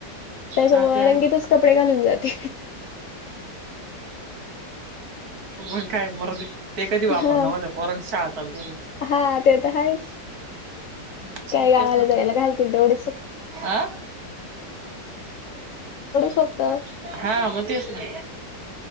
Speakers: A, on the left (about 70°); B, on the right (about 60°).
A: त्याच्यामुळे
B: हा ते आहे
A: रंगीतच
B: बघ.
A: कपडे घालून जाते.
B: मग काय वरधी, ते कधी वापरनार
A: हा
B: पोरांचे शाळा चालू झाल्या वर.
A: हा, ते तर आहेच.
B: <inaudible>
A: काय गावाला
B: तेच ना
A: जायला
B: मग,
A: घालतील तेवढेच
B: आ.
A: स्वतः.
B: हा, मग तेचं ना.